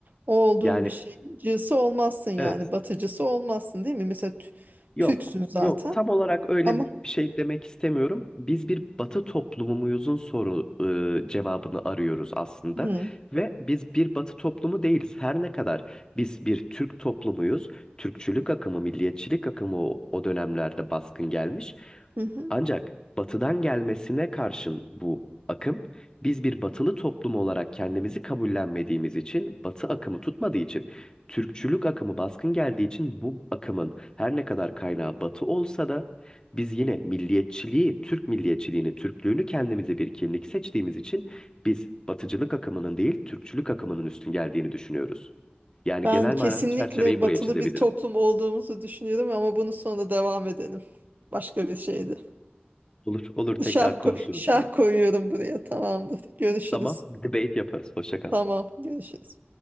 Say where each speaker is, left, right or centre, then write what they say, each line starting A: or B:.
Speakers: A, on the right; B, on the left.
A: O olduğun
B: <laughs> yani
A: bir şeyin cısı olmazsın yani
B: evet
A: batıcısı olmazsın değil mi? Mesela Tü-
B: Yok,
A: Türksün zaten
B: yok. Tam olarak öyle
A: ama
B: bir şey demek istemiyorum. Biz bir Batı toplumu muyuzun soru e, cevabını arıyoruz aslında
A: hı,
B: ve biz bir Batı toplumu değiliz. Her ne kadar biz bir Türk toplumuyuz, Türkçülük akımı, milliyetçilik akımı o, o dönemlerde baskın gelmiş
A: hı hı.
B: ancak batıdan gelmesine karşın bu akım, biz bir batılı toplum olarak kendimizi kabullenmediğimiz için, batı akımı tutmadığı için, Türkçülük akımı baskın geldiği için bu akımın her ne kadar kaynağı batı olsa da biz yine milliyetçiliği, Türk milliyetçiliğini, Türklüğünü kendimize bir kimlik seçtiğimiz için biz batıcılık akımının değil, Türkçülük akımının üstün geldiğini düşünüyoruz. Yani
A: Ben
B: genel
A: kesinlikle
B: manada çerçeveyi
A: batılı
B: buraya çizebilirim.
A: bir toplum olduğumuzu düşünüyorum ama bunu sonra devam edelim. Başka bir şeydi.
B: Olur, olur tekrar
A: Şarkı
B: konuşuruz
A: şarkı
B: bunu.
A: koyuyorum buraya tamamdır. Görüşürüz.
B: Tamam, debate yaparız. Hoşça kal.
A: Tamam görüşürüz.